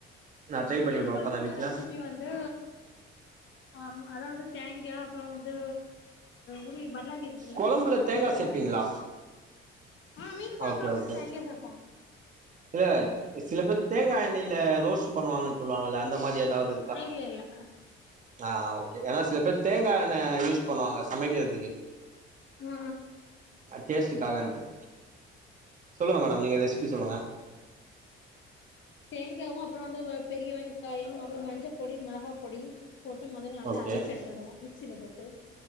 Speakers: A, on the right (about 35°); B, on the left (about 60°).
A: நா ட்ரை
B: மீன்
A: பண்ணி பாப்பே
B: கொழம்புங்க
A: நா வீட்ல
B: ரெசிபி வந்து ம் அதாது தேங் கா அப்றோ வந்து உருளி பல்லாரி இருக்குல்ல
A: கொழம்புல தேங்கா
B: பெரிய
A: சேப்பீங்களா
B: வெங்காயோ ஆ மீன் கொழம்புல
A: ஓகே ஓகே
B: வந்து தேங்கா சேப்போ
A: இல்ல சில பேர் தேங்கா எண்ணெயில ரோஸ்ட் பண்ணுவாங்கன்னு சொல்லுவாங்கல அந்த மாரி எதாது
B: இல்லல்ல
A: ஆ ஓகே ஏனா சில பேர் தேங்கா எண்ணெ யூஸ் பண்ணுவாங்க சமைக்கிறதுக்கு
B: ஆ
A: டேஸ்ட்டுகாகன்டு சொல்லுங்க மேடம் நீங்க ரெசிபி சொல்லுங்க
B: தேங்காவு அப்புறோ வந்து வ பெரிய வெங்காயோ அப்புற மஞ்சப் பொடி மிளகாப் பொடி போட்டு மொதல்ல நல்லா
A: ஓகே
B: அரைச்சு எடுத்துடு மிக்ஸில போட்டு